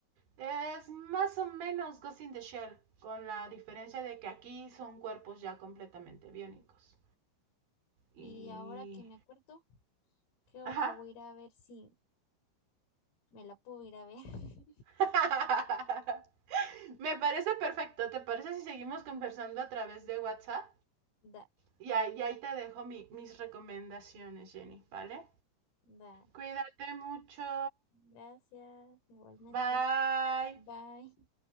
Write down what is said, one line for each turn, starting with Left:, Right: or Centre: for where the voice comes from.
Right: es más o menos Ghost in the Shell, con la diferencia de que aquí son cuerpos ya completamente biónicos. Y...
Left: Y ahora que me acuerdo, creo
Right: Ajá.
Left: que voy a ir a ver si me la puedo ir a ver. <laughs>
Right: <laughs> Me parece perfecto. ¿Te parece si seguimos conversando a través de WhatsApp?
Left: Dale,
Right: Y ahí, y ahí te dejo mi- mis recomendaciones, Jenny, ¿vale?
Left: dar
Right: Cuídate mucho.
Left: Gracias, igualmente.
Right: Bye.
Left: Bye.